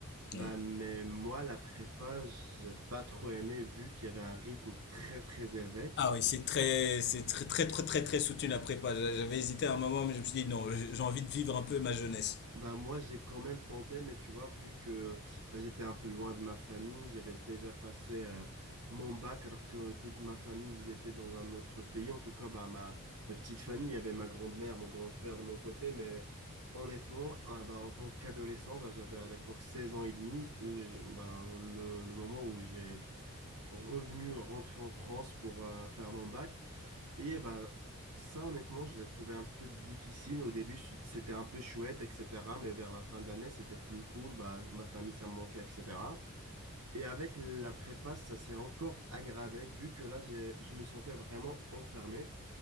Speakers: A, on the right; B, on the left.
A: Bah,
B: Ouais.
A: mais moi, la prépa, j'ai pas trop aimé vu qu'il y avait un rythme très très élevé.
B: Ah oui, c'est très, c'est très, très, très, très, très soutenu la prépa. J'a- J'avais hésité à un moment, mais je me suis dit non, j'ai j'ai envie de vivre un peu ma jeunesse.
A: Bah, moi, j'ai quand même tenté, mais tu vois, vu que bah, j'étais un peu loin de ma famille, j'avais déjà passé euh, mon bac alors que toute ma famille, ils étaient dans un autre pays. En tout cas, bah, ma, ma petite famille, il y avait ma grand-mère, mon grand-père de mon côté, mais honnêtement, hein, bah, en tant qu'adolescent, bah, j'avais à l'époque 16 ans et demi, où je- bah, le, le moment où j'ai revenu, rentré en France pour euh, faire mon bac. Et bah, ça, honnêtement, je l'ai trouvé un peu difficile. Au début, su- c'était un peu chouette, etc. Mais vers la fin d'année, c'était plus cool. Bah, ma famille, ça me manquait, etc. Et avec la prépa, ça s'est encore aggravé, vu que là, j'ai, je me sentais vraiment enfermé.